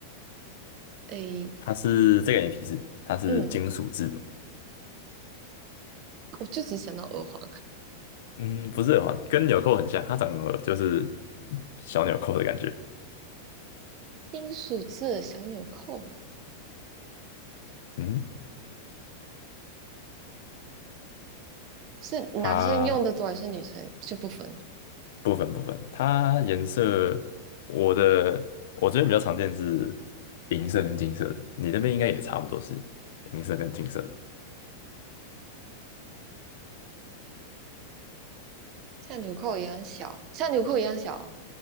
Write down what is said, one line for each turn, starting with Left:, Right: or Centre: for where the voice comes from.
Right: 诶，
Left: 它是这个给你提示，它是金属制的，
Right: 嗯，我就只想到耳环。
Left: 嗯，不是耳环，跟纽扣很像，它长得就是小纽扣的感觉，
Right: 金属制的小纽扣，
Left: 嗯，
Right: 是男生用的多还是女生就不分？
Left: 它部分部分，它颜色，我的我这边比较常见是银色跟金色的，你那边应该也差不多是银色跟金色的，
Right: 像纽扣一样小，像纽扣一样小哦